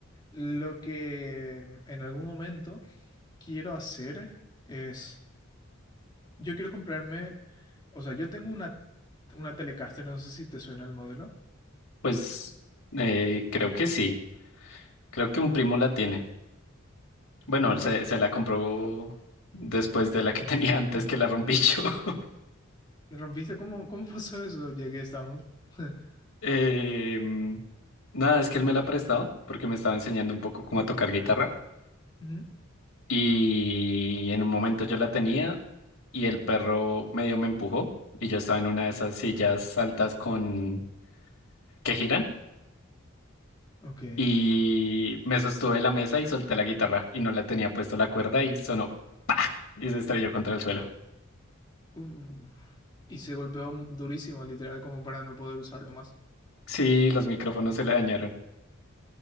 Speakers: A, on the left (about 20°); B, on the left (about 80°).
A: lo que en algún momento quiero hacer es, yo quiero comprarme, o sea, yo tengo una, una Telecaster, no sé si te suena el modelo.
B: Pues eh, creo que sí. Creo que un primo la tiene. Bueno,
A: Bueno.
B: él se, se la compró después de la que <laughs> tenía antes que la rompí yo. <laughs>
A: ¿Le rompiste? ¿Cómo, cómo <laughs> pasó eso? Ya que estamos. <laughs>
B: Em, nada, es que él me la prestaba porque me estaba enseñando un poco cómo a tocar guitarra.
A: Ujú,
B: Y en un momento yo la tenía y el perro medio me empujó y yo estaba en una de esas sillas altas con que giran.
A: Ok.
B: y me sostuve de la mesa y solté la guitarra y no le tenía puesto la cuerda y sonó y se estrelló contra el suelo.
A: Uf. Y se golpeó durísimo, literal, como para no poder usarlo más.
B: Sí, los micrófonos se le dañaron.